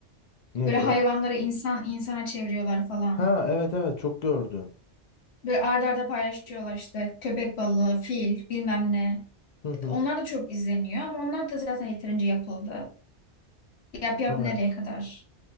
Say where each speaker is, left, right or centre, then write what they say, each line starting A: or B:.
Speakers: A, on the left (about 55°); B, on the left (about 70°).
A: Nedir
B: Böyle hayvanları
A: o?
B: insan insana çeviriyorlar falan.
A: Ha evet evet çok gördüm.
B: Böyle arda arda paylaşıyorlar işte köpek balığı, fil, bilmem ne.
A: Hı hı.
B: Onlar da çok izleniyor ama onlar da zaten yeterince yapıldı. Yap yap
A: Evet.
B: nereye kadar?